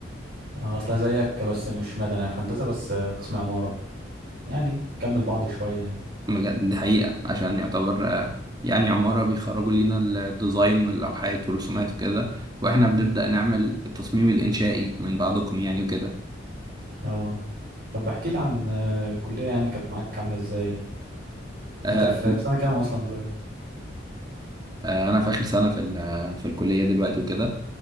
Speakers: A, on the right; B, on the right.
A: اه اصلا زيك بس مش مدني انا في هندسة بس آه، قسم عمارة يعني كمل بعض شوية يعني
B: بجد دي حقيقه عشان يعتبر آه، يعني عماره بيخرجوا لينا الديزاين واللوحات والرسومات وكده واحنا بنبدا نعمل التصميم الانشائي من بعضكم يعني وكده
A: اه طب احكي لي عن آه، الكلية يعني كانت معاك عاملة ازاي؟
B: آه،
A: انت في في سنة كام اصلا دلوقتي؟
B: آه، انا في اخر سنه في ال- آه، في الكليه دلوقتي وكده